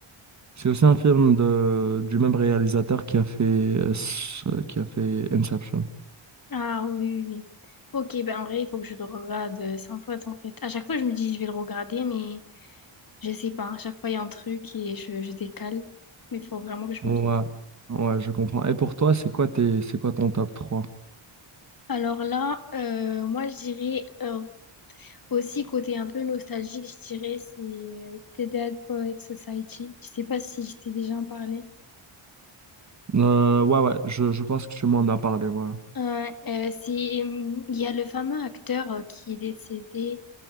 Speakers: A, on the right; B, on the left.
A: c'est aussi un film de, du même réalisateur qui a fait, euh, s- euh, qui a fait Inception.
B: Ah oui, oui. oui. Ok, ben en vrai, il faut que je le regarde euh, 100 fois en fait. À chaque fois, je me dis, je vais le regarder, mais je sais pas. À chaque fois, il y a un truc et je, je décale. Mais il faut vraiment que je
A: Ouais,
B: me fasse.
A: ouais, je comprends. Et pour toi, c'est quoi tes, c'est quoi ton top trois
B: Alors là, euh, moi, je dirais euh, Aussi, côté un peu nostalgique, je dirais, c'est euh, The Dead Poets Society. Je sais pas si je t'ai déjà en parlé.
A: Euh, ouais, ouais, je, je pense que tu m'en as parlé, voilà.
B: Euh, euh, c'est, euh, il y a le fameux acteur euh, qui est décédé,